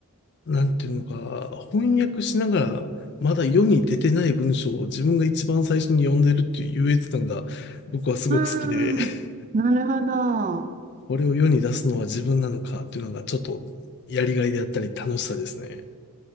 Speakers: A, on the left (about 50°); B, on the right (about 35°).
A: なんていうのか、翻訳しながら、まだ世に出てない文章を自分が一番最初に読んでるっていう優越感が僕はすごく好きで、
B: うん、
A: <laughs>
B: なるほど。
A: これを世に出すのは自分なのかっていうのがちょっとやりがいであったり楽しさですね。